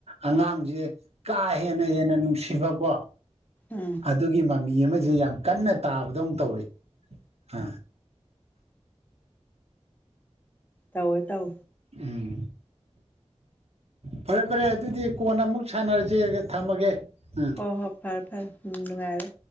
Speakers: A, on the right; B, on the left.
A: ꯑꯉꯥꯡꯁꯦ ꯀꯥ ꯍꯦꯟꯅ ꯍꯦꯟꯅ ꯅꯨꯡꯁꯤꯕꯀꯣ
B: ꯎꯝ
A: ꯑꯗꯨꯒꯤ ꯃꯃꯤ ꯑꯃꯁꯦ ꯌꯥꯝ ꯀꯟꯅ ꯇꯥꯕꯗꯧ ꯇꯧꯏꯤ ꯑ
B: ꯇꯑꯣꯦ ꯇꯎ
A: ꯎꯝ ꯐꯔꯦ ꯐꯔꯦ ꯑꯗꯨꯗꯤ ꯀꯣꯟꯅ ꯑꯃꯨꯛ ꯁꯥꯟꯅꯔꯁꯦ ꯊꯝꯃꯒꯦ ꯎꯝ
B: ꯍꯣ ꯍꯣ ꯐꯔꯦ ꯐꯔꯦ ꯎꯝ ꯅꯨꯡꯉꯥꯏꯔꯔꯦ